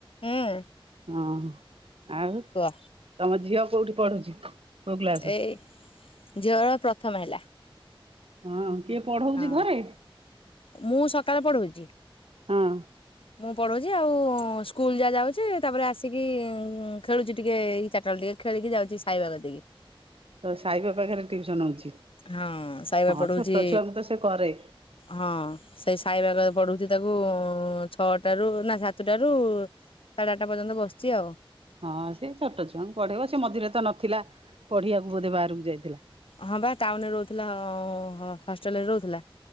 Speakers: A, on the left; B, on the right.
A: ହୁଁ।
B: ହଁ ଆଉ
A: କୁହ
B: ତମ ଝିଅ କୋଉଠି ପଢୁଛି? କୋଉ କ୍ଲାସ?
A: ଏଇ ଝିଅର ପ୍ରଥମ ହେଲା।
B: ହଁ କିଏ ପଢଉଛି
A: ହଁ
B: ଘରେ?
A: ମୁଁ ସକାଳେ ପଢଉଛି।
B: ହଁ।
A: ମୁଁ ପଢଉଛି ଆଉ ସ୍କୁଲ୍ ଯାହା ଯାଉଛି ତାପରେ ଆସିକି ଖେଳୁଛି ଟିକେ ଏଇ ଚାରିଟାବେଳେ ଟିକେ। ଖେଳିକ ଯାଉଛି ସାଇବା କତିକି।
B: ହ ତ ସାଇ ବାପାଖରେ ଟିଉସନ ହଉଛି।
A: ହଁ ସାଇବା
B: ହଁ
A: ପଢଉଛି
B: ଛୋଟ ଛୁଆଙ୍କୁ ତ ସେ କରେ।
A: ହଁ ସେଇ ସାଇବା ପଢଉଛି ତାକୁ। ଛଅଟାରୁ ନା ସାତଟାରୁ ସାଢ଼େ ଆଠଟା ପର୍ଯ୍ୟନ୍ତ ବସିଛି ଆଉ।
B: ହଁ ସେ ଛୋଟ ଛୁଆଙ୍କୁ ପଢେଇବ ସେ ମଝିରେ ତ ନଥିଲା ପଢିବାକୁ ବୋଧେ ବାହାରକୁ ଯାଇଥିଲା।
A: ହଁ ବା ଟାଉନ୍ ରେ ରହୁଥିଲା ହଷ୍ଟେଲରେ ରହୁଥିଲା